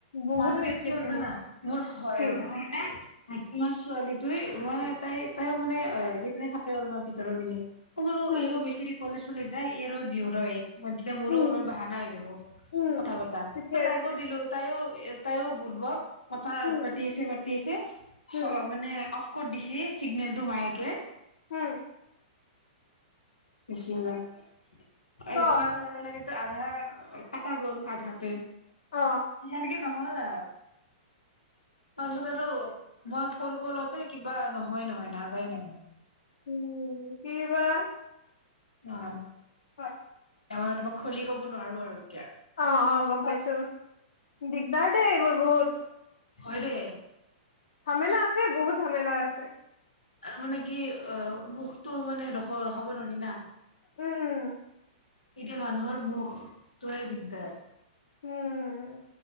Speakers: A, on the left; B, on the left.
A: বহুত
B: মাজতে
A: মিচ
B: কি
A: গৈছে
B: হল জানা
A: মোৰ
B: মোৰ হয়
A: কি
B: মানে। তোমাৰ ছোৱালীটোৱে মই তাই তায়ো মানে সেই পিনে থাকে আৰু তোমাৰ অলপ ভিতৰৰ পিনে। লো
A: উম
B: এইও বেছেৰী কলেজ। চলে যায় এইৰো দিউ ৰ এইক। মোৰো
A: উম
B: অলমান বাহানা হৈ যাব
A: উম
B: কথা পতা
A: ঠিকে আছে
B: তাইকো দিলো তাইও। এটাইও বুৰ্বক। কথা
A: উম
B: পাতি আছে? কি হৈছে
A: উম
B: হ মানে অ। ক'ত দিছে চিগনেল টো মায়েকে।
A: হম
B: চিত্ৰায়ন এলক
A: ক
B: লাগে। আধা কটা গ'ল আধাতে
A: অ
B: সেনেকে নহয় হল তাৰপিছত আৰু আৰু মই কৰিব লওতে কিবা নহয় নহয় নাযায় নহয়
A: উম কিবা
B: অ
A: হয়
B: তামেনে তোমাক খুলি ক'ব নোৱাৰো আৰু এতিয়া
A: অ অ গম পাইছো দিগদাৰ দেই এইবোৰ বহুত
B: হয় দে
A: ঝমেলা আছে বহুত ঝমেলা আছে।
B: আৰু মানে কি অ মুখতটো মানে ৰখ ৰখাব নোৱাৰি না
A: উম উম।
B: এতিয়া মানুহৰ মুখ তোয়ে দিগদাৰ।
A: উম।